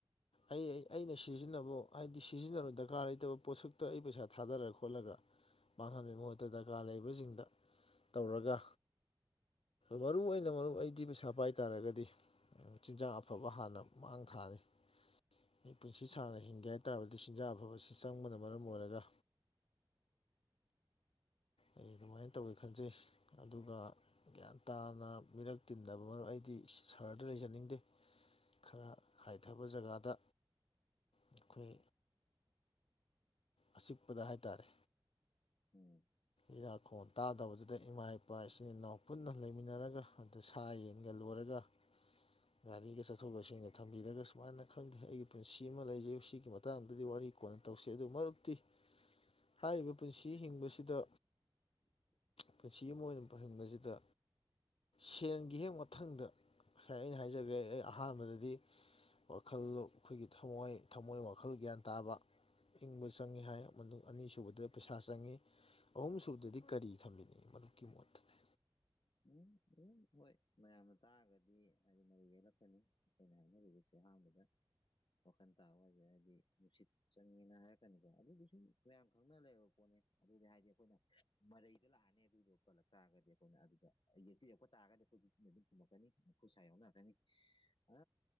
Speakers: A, on the left; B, on the left.
A: ꯑꯩ ꯑꯩꯅ ꯁꯤꯖꯤꯟꯅꯕ ꯍꯥꯏꯗꯤ ꯁꯤꯖꯤꯟꯅꯕ ꯗꯔꯀꯥꯔ ꯂꯩꯇꯕ ꯄꯣꯠꯁꯛꯇ ꯑꯩ ꯄꯩꯁꯥ ꯊꯥꯗꯔ ꯈꯣꯠꯂꯒ ꯃꯥꯡꯍꯟꯕꯒꯤ ꯃꯍꯨꯠꯇ ꯗꯔꯀꯥꯔ ꯂꯩꯕꯁꯤꯡꯗ ꯇꯧꯔꯒ ꯃꯔꯨ ꯑꯣꯏꯅ ꯃꯔꯨꯞ ꯑꯩꯗꯤ ꯄꯩꯁꯥ ꯄꯥꯏ ꯇꯥꯔꯒꯗꯤ ꯆꯤꯟꯖꯥꯛ ꯑꯐꯕ ꯍꯥꯟꯅ ꯃꯥꯡ ꯊꯥꯅꯤ ꯃꯤ ꯄꯨꯟꯁꯤ ꯁꯥꯡꯅ ꯍꯤꯡꯒꯦ ꯍꯥꯏ ꯇꯥꯔꯕꯗꯤ ꯆꯤꯟꯖꯥꯛ ꯑꯐꯕ ꯑꯁꯤ ꯆꯪꯕꯅ ꯃꯔꯝ ꯑꯣꯏꯔꯒ
B: <inaudible> <inaudible>
A: ꯑꯩ ꯑꯗꯨꯃꯥꯏꯅ ꯇꯧꯋꯤ ꯈꯟꯖꯩ ꯑꯗꯨꯒ ꯒ꯭ꯌꯥꯟ ꯇꯥꯅ ꯃꯤꯔꯛ ꯇꯤꯟꯗꯕ ꯃꯔꯨꯞ ꯑꯩꯗꯤ ꯁꯍꯥꯔꯗ ꯂꯩꯖꯅꯤꯡꯗꯦ ꯈꯔ ꯍꯥꯏꯊꯕ ꯖꯒꯥꯗ ꯑꯩꯈꯣꯏ ꯑꯆꯤꯛꯄꯗ ꯍꯥꯏꯇꯥꯔꯦ
B: ꯑꯣ
A: ꯏꯔꯥꯛꯈꯣꯝ ꯇꯥꯗꯕꯗꯨꯗ ꯏꯃꯥ ꯏꯄꯥ ꯏꯆꯤꯟ ꯏꯅꯥꯎ ꯄꯨꯟꯅ ꯂꯩꯃꯤꯟꯅꯔꯒ ꯑꯗꯨ ꯁꯥ ꯌꯦꯟꯒ ꯂꯣꯏꯔꯒ <unintelligible> ꯒꯥꯔꯤꯒ ꯆꯠꯊꯣꯛ ꯆꯠꯁꯤꯟꯒ ꯊꯝꯕꯤꯔꯒ ꯁꯨꯃꯥꯏꯅ ꯈꯪꯗꯦ ꯑꯩꯒꯤ ꯄꯨꯟꯁꯤ ꯑꯃ ꯂꯩꯖꯩ ꯁꯤꯒꯤ ꯃꯇꯥꯡꯗꯗꯤ ꯋꯥꯔꯤ ꯑꯩ ꯀꯣꯟꯅ ꯇꯧꯁꯤ ꯑꯗꯨ ꯃꯔꯨꯞꯇꯤ ꯍꯥꯏꯔꯤꯕ ꯄꯨꯟꯁꯤ ꯍꯤꯡꯕꯁꯤꯗ
B: ꯎꯝ
A: ꯄꯨꯟꯁꯤ ꯑꯃ ꯑꯣꯏꯅ ꯐꯪꯍꯟꯕꯁꯤꯗ ꯁꯦꯟꯒꯤ ꯍꯦꯛ ꯃꯊꯪꯗ ꯉꯁꯥꯏ ꯑꯩꯅ ꯍꯥꯏꯖꯒꯦ ꯑꯩ ꯑꯍꯥꯟꯕꯗꯗꯤ ꯋꯥꯈꯜ ꯑꯩꯈꯣꯏꯒꯤ ꯊꯃꯣꯏ ꯊꯝꯃꯣꯏ ꯋꯥꯈꯜ ꯒ꯭ꯌꯥꯟ ꯇꯥꯕ ꯏꯪꯕ ꯆꯪꯏꯤ ꯍꯥꯏ ꯃꯇꯨꯡ ꯑꯅꯤꯁꯨꯨꯕꯗ ꯄꯩꯁꯥ ꯆꯪꯉꯤ ꯑꯍꯨꯝ ꯁꯨꯕꯗꯗꯤ ꯀꯔꯤ ꯊꯝꯕꯤꯅꯤ ꯃꯗꯨꯨꯞꯀꯤ ꯃꯣꯠꯇꯗꯤ
B: ꯎꯝ ꯎꯝ ꯍꯣꯏ ꯃꯌꯥꯝꯅ ꯇꯥꯔꯒꯗꯤ ꯍꯥꯏꯗꯤ ꯃꯗꯨ ꯌꯦꯛꯂꯛꯀꯅꯤ ꯑꯩꯈꯣꯏꯅ ꯍꯥꯏꯅꯔꯤꯕꯁꯦ ꯑ ꯃꯗ ꯋꯥꯈꯟ ꯇꯥꯕ ꯍꯥꯏꯁꯦ ꯍꯥꯏꯗꯤ ꯅꯨꯡꯁꯤꯠ ꯆꯪꯉꯦꯅ ꯍꯥꯏꯔꯛꯀꯅꯤꯀꯣ ꯑꯗꯨꯗꯤ ꯁꯨꯝ ꯃꯌꯥꯝ ꯈꯪꯅ ꯂꯩꯕ ꯄꯣꯠ ꯑꯗꯨꯗꯤ ꯍꯥꯏꯗꯤ ꯑꯩꯈꯣꯏꯅ ꯃꯔꯩꯗ ꯂꯥꯛꯑꯅꯤ ꯑꯗꯨꯗꯣ ꯄꯜꯂꯛ ꯇꯥꯔꯒꯗꯤ ꯑꯩꯈꯣꯏꯅ ꯑꯗꯨꯗ ꯌꯦꯛꯇꯤ ꯌꯣꯛꯄ ꯇꯥꯔꯒꯗꯤ ꯑꯩꯈꯣꯏꯇꯤꯅ ꯑꯗꯨꯝ ꯈꯨꯝꯃꯛꯀꯅꯤ ꯃꯈꯨꯠꯁꯥ ꯌꯧꯅꯔꯛꯀꯅꯤ ꯑ